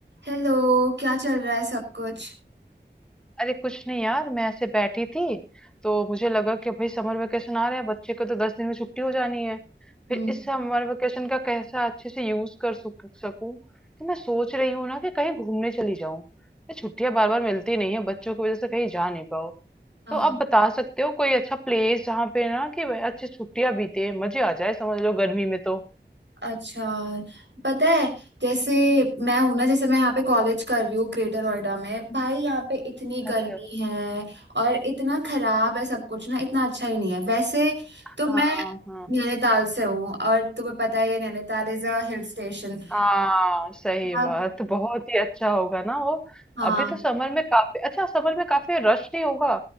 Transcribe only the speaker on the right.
Hello क्या चल रहा है सब कुछ
हम्म
हाँ
अच्छा पता है जैसे मैं हूं ना जैसे मैं यहाँ पे कॉलेज कर रही हूँ ग्रेटर नोएडा में भाई यहाँ पे इतनी गर्मी
है और इतना खराब है सब कुछ ना इतना अच्छा ही नहीं है वैसे
तो मैं
नैनीताल से हूँ और तुम्हें पता ही है Nainital is a hill station
अब
हाँ